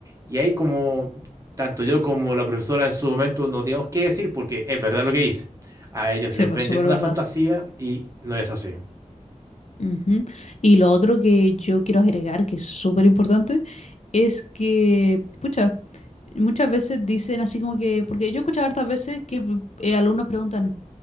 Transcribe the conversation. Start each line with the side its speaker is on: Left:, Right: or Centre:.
Right: Y ahí como tanto yo como la profesora en su momento no teníamos qué decir porque es verdad lo que dice. A ellos
Left: Sí,
Right: les
Left: pues,
Right: venden
Left: súper
Right: una
Left: verdad.
Right: fantasía y no es así.
Left: Ujú. Y lo otro que yo quiero agregar, que es súper importante, es que, pucha, muchas veces dicen así como que, porque yo he escuchado hartas veces que eh, alumnos preguntan,